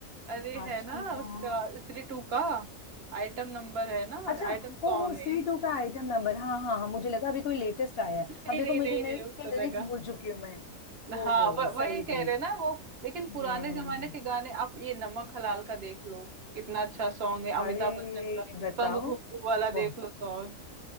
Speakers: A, on the right (about 50°); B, on the left (about 50°).
A: अरे है
B: आज
A: ना
B: की रात
A: उसका स्त्री टू का आइटम नंबर है ना
B: अच्छा
A: आइटम सॉन्ग
B: ओहो सी
A: है
B: टू
A: <laughs>
B: का आइटम नंबर हाँ हाँ हाँ मुझे लगा अभी कोई लेटेस्ट आया है
A: नहीं
B: अब देखो
A: नहीं
B: मुझे
A: नहीं
B: मैं
A: नहीं
B: उसके
A: उस तरह
B: लिरिक्स
A: का
B: भूल चुकी हूँ मैं
A: हाँ
B: ओहो
A: व- वही
B: सही
A: कह
B: में
A: रहे हैं ना वो लेकिन
B: हम्म
A: पुराने जमाने के गाने आप ये नमक हलाल का देख लो कितना अच्छा सॉन्ग है अमिताभ
B: अरे
A: बच्चन का
B: बताओ
A: पंग घुंघरू वाला
B: वाह
A: देख लो सॉन्ग